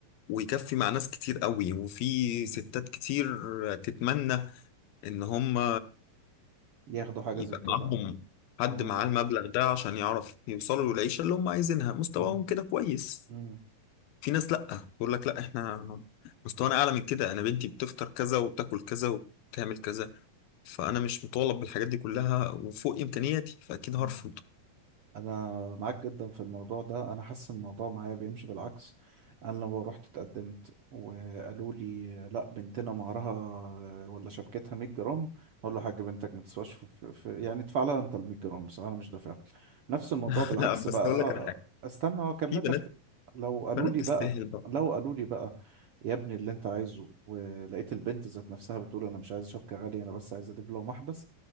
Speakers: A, on the left; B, on the right.
A: ويكفي مع ناس كتير قوي وفي
B: مم.
A: ستات كتير تتمنى ان هم
B: ياخدوا حاجة
A: يبقى
B: زي كده
A: معاهم
B: اه
A: حد
B: آه،
A: معاه المبلغ ده عشان يعرف يوصلوا للعيشة اللي هم عايزينها مستواهم
B: مم،
A: كده كويس
B: مم،
A: في ناس لأ بيقول لك لأ احنا مستوانا أعلى من كده أنا بنتي بتفطر كذا وبتاكل كذا وبتعمل كذا فأنا مش مطالب بالحاجات دي كلها وفوق إمكانياتي فأكيد
B: مم.
A: هرفض
B: انا معاك جدا في الموضوع ده انا حاسس إن الموضوع معايا بيمشي بالعكس انا لو رحت اتقدمت وقالوا لي لا بنتنا مهرها ولا شبكتها 100 جرام اقول له يا حاج بنتك ما تسواش في, في, في يعني ادفع لها انت ال 100 جرام بس انا مش دافع نفس الموضوع
A: <laughs>
B: بالعكس
A: لا بس
B: بقى
A: أقول
B: آه،
A: لك على حاجة
B: آه، استنى هو اكمل
A: في بنات
B: لك لو قالوا
A: بنات
B: لي
A: تستاهل
B: بقى
A: بقى
B: لو قالوا لي بقى يا ابني اللي انت عايزه ولقيت البنت ذات نفسها بتقول انا مش عايز شبكة غالية انا بس عايز دبلة ومحبس